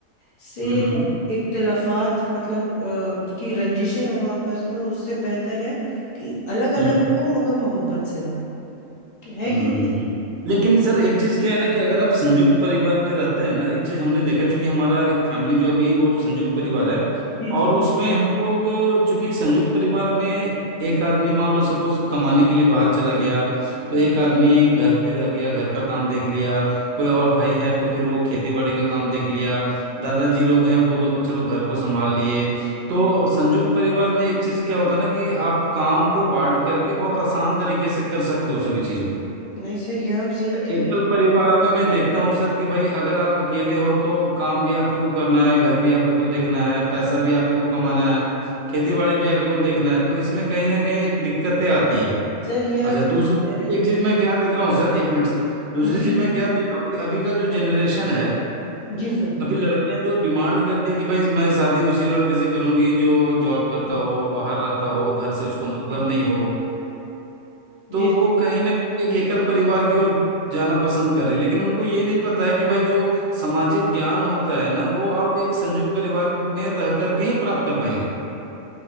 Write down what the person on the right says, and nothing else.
हम्म
हम्म
हम्म
लेकिन सर एक चीज क्या है ना कि अगर आप संयुक्त परिवार में रहते हैं ना एक चीज हमने देखा चूंकि हमारा एक फैमिली जो अभी वो संयुक्त परिवार है
और
उसमें हम लोग चूंकि संयुक्त परिवार में एक आदमी मान लो सपोज कमाने के लिए बाहर चला गया तो
एक आदमी घर पे रह गया घर का काम देख लिया कोई और भाई है तो फिर वो खेती बाड़ी का काम देख लिया दादाजी लोग हैं वो तो चलो घर को संभाल लिए तो संयुक्त परिवार में एक चीज क्या होता है ना कि आप काम को बांट करके बहुत आसान तरीके से कर सकते हो सभी चीजों को।
एकल
परिवार में मैं देखता हूँ सर कि भाई अगर आप अकेले हो तो काम भी आप ही को करना है घर भी आप ही को देखना है पैसा भी आप ही को कमाना है खेती बाड़ी भी आप ही को देखना है तो इसमें कहीं ना कहीं एक दिक्कतें आती है
अच्छा
दूसरी
एक चीज मैं क्या देख रहा हूँ सर एक मिनट सर दूसरी
चीज
मैं क्या देख रहा हूँ कि अभी का जो जनरेशन है
अभी लड़कियां जो डिमांड करती है कि भाई मैं शादी उसी लड़के से करूंगी जो जॉब करता हो बाहर रहता
हो घर से उसको मतलब
नहीं हो तो
वो कहीं ना कहीं एक एकल परिवार की ओर जाना पसंद कर रही है लेकिन उनको ये नहीं पता है कि भाई जो सामाजिक ज्ञान होता है ना वो आप एक संयुक्त परिवार में रह करके ही प्राप्त कर पाएंगे